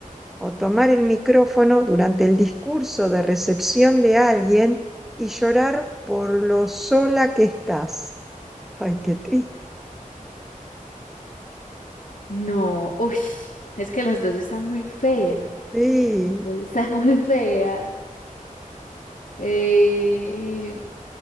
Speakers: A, in the centre; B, on the left (about 70°).
A: o tomar el micrófono durante el discurso de recepción de alguien y llorar por lo sola que estás. Ay, qué triste.
B: No, uy, es que las dos están muy feas.
A: Sí.
B: Las dos están <laughs> muy feas. Eh,